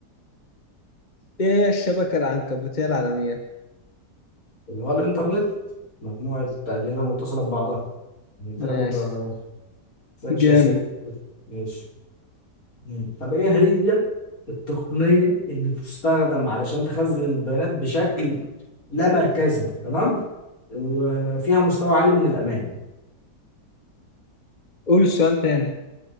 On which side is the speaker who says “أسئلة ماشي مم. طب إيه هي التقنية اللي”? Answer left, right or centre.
Left